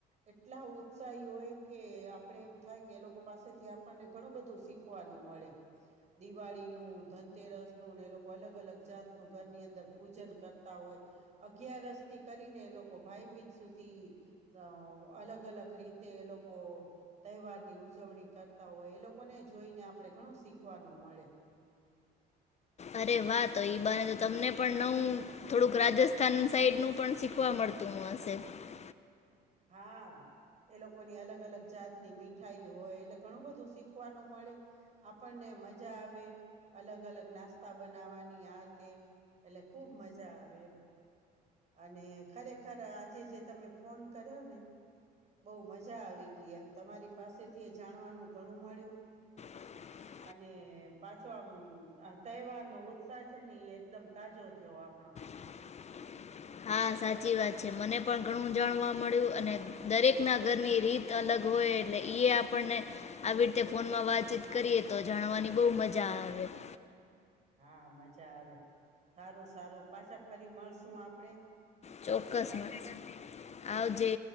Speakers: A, on the right; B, on the left.
A: એટલા ઉત્સાહી હોય કે આપણે એમ થાય કે એ લોકો પાસેથી આપ ને ઘણું બધું શીખવાનું મળે દિવાળી નું ધનતેરસ નું ને એ લોકો અલગ અલગ જાતનું ઘરની અંદર પૂજન કરતા હોય અગિયારસથી કરીને એ લોકો ભાઈ બીજ સુધી અ અલગ અલગ રીતે એ લોકો તહેવાર ની ઉજવણી કરતા હોય એ લોકોને જોઈને આપણે ઘણું શીખવાનું મળે.
B: અરે વા તો ઈ બને તો તમને પણ નવું થોડુંક રાજસ્થાન સાઈડનું પણ શીખવા મળે. <unintelligible>
A: હા. એ લોકોની અલગ અલગ જાતની મીઠાઈ હોય એટલે ઘણું બધું શીખવાનું મળે આપણને મજા આવે અલગ અલગ નાસ્તા બનાવવાની આ તે એટલે ખુબ મજા આવે એમ અને ખરેખર આજે જે તમે ફોન કર્યો ને બહુ મજા આવી ગઈ એમ તમારી પાસેથી એ જાણવાનું ઘણું મળ્યું
B: <inaudible>
A: અને પાછો આમ તહેવાર નો ઉત્સાહ છે, ને એ એકદમ તાજો થયો આપણો
B: <inaudible> હા સાચી વાત છે મને પણ ઘણું જાણવા મળ્યું અને દરેક ના ઘરની રીત અલગ હોય એટલે આપણને આવી રીતે ફોનમાં વાતચીત કરીએ તો જાણવાની બહુ મજા આવે <inaudible>
A: હા મજા આવે સારું સારું પાછા ફરી મળશું આપડે
B: ચોક્કસમાં આવજે